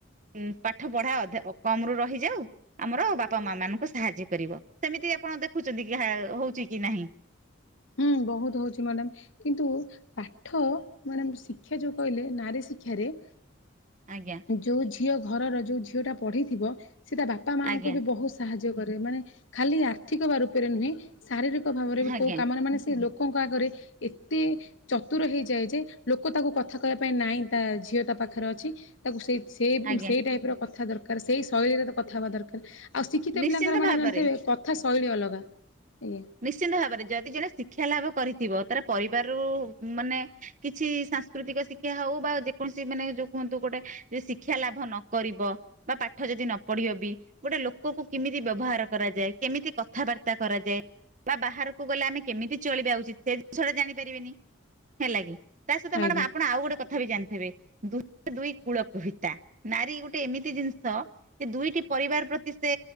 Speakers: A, on the right (about 40°); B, on the left (about 75°).
A: ଉ ପାଠ ପଢା ଅଧା କମ ରୁ ରହିଯାଉ। ଆମର ବାପା ମା ମାନଙ୍କୁ ସାହାଯ୍ୟ କରିବ ସେମିତି ଆପଣ ଦେଖୁଛନ୍ତି କି ହଉଛି କି ନାହିଁ?
B: ହୁଁ ବହୁତ ହଉଛି ମ୍ୟାଡ଼ାମ। କିନ୍ତୁ ପାଠ ମାନେ ଶିକ୍ଷା ଯୋଉ କହିଲେ ନାରୀ ଶିକ୍ଷାରେ
A: ଆଜ୍ଞା।
B: ଯୋଉ ଝିଅ ଘର ଯୋଉ ଝିଅ ଟା ପଢିଥିବ ସେଟା ବାପା ମାଙ୍କୁ
A: ଆଜ୍ଞା
B: ବି ବହୁଶୂ ସାହାଯ୍ୟ କରେ ମାନେ ଖାଲି ଆର୍ଥିକ ରୂପରେ ନୁହେଁ ଶାରୀରିକ ଭାବରେ
A: ଆଜ୍ଞା।
B: କୋଉ କାମରେ ମାନେ ସେ ଲୋକଙ୍କ ଆଗରେ ଏତେ ଚତୁର ହେଇଯାଏ ଯେ ଲୋକ ତାକୁ କଥା କହିବା ପାଇଁ ନାଇଁ ତା ଝିଅ ତା ପାଖରେ ଅଛି। ତାକୁ ସେଇ ସେଇ
A: ଆଜ୍ଞା
B: ସେଇ ଟାଇପ ର କଥା ଦରକାର ସେଇ ଶୈଳୀରେ କଥା ହବା ଦରକାର ଆଉ ଶିକ୍ଷିତ
A: ନିଶ୍ଚିନ୍ତ
B: ପିଲାଙ୍କର ମ୍ୟାଡ଼ାାମ
A: ଭାବରେ
B: ଜାଣିଥିବେ କଥା ଶୈଳୀ ଅଲଗା ଆଜ୍ଞା।
A: ନିଶ୍ଚିନ୍ତ ଭାବରେ ଯଦି ଜଣେ ଶିକ୍ଷା ଲାଭ କରିଥିବ ତାର ପରିବାରରୁ ମାନେ କିଛି ସାଂସ୍କୃତିକ ଶିକ୍ଷା ହଉ ବା ଯେକୌଣସି ମାନେ ଯୋଉ କୁହନ୍ତୁ ଗୋଟେ ଶିକ୍ଷା ଲାଭ ନକିବ ବା ପାଠ ଯଦି ନ ପଢିବ ବି ଗୋଟେ ଲୋକ ଲୋକକୁ କେମିତି ବ୍ୟବହାର କରାଯାଏ କେମିତି କଥାବାର୍ତ୍ତା କରାଯାଏ ବା ବାହାରକୁ ଗଲେ ଆମେ କେମିତି ଚଳିବା ଉଚିତ ସେ ଜିନିଷ ଟା ଜାଣିପାରିବିନି ହେଲା କି। ତା ସହିତ
B: ଆଜ୍ଞା
A: ମଡାମ ଆପଣ ଆ ଗୋଟେ ବି ଜାଣିଥିବେ ଦୁ ଦୁଇ କୂଳ କହିତା ନାରୀ ଗୋଟେ ଏମିତି ଜିନିଷ ଏ ଦୁଇଟି ପରିବାର ପ୍ରତି ସେ